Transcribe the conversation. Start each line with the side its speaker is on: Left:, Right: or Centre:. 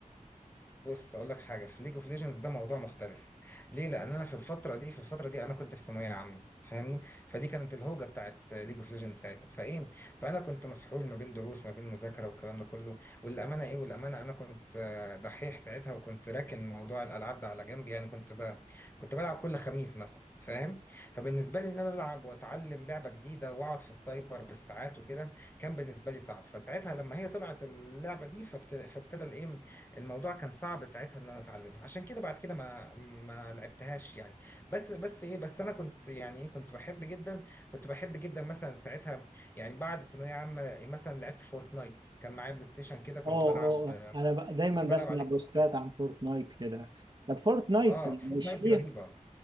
Left: بص اقول لك حاجه في ليج اوف ليجند ده موضوع مختلف ليه لان انا في الفتره دي في الفتره دي انا كنت في ثانويه عامه فاهمني فدي كانت الهوجه بتاعت ليج اوف ليجند ساعتها فايه فانا كنت مسحول ما بين دروس ما بين مذاكره والكلام ده كله والامانه ايه والامانه انا كنت آه، دحيح ساعتها وكنت راكن موضوع الالعاب ده على جنب يعني كنت بقى كنت بلعب كل خميس مثلا فاهم فبالنسبه لي ان انا العب واتعلم لعبه جديده واقعد في السايبر بالساعات وكده كان بالنسبه لي صعب فساعتها لما هي طلعت اللعبه دي فابت- فابتدى الايه الموضوع كان صعب ساعتها ان انا اتعلمها عشان كده بعد كده ما ما لعبتهاش يعني بس بس ايه بس انا كنت يعني ايه كنت بحب جدا كنت بحب جدا مثلا ساعتها يعني بعد ثانويه عامه مثلا لعبت فورتنايت كان معايا بلاي ستيشن كده كنت
Right: اه
Left: بلعب
Right: اه اه. انا ب... دايما
Left: كنت
Right: بسمع
Left: بلعب عليه
Right: بوستات
Left: فورتنايت
Right: عن فورتنايت كده طب فورتنايت
Left: اه
Right: مش
Left: فورتنايت
Right: فيه
Left: دي رهيبه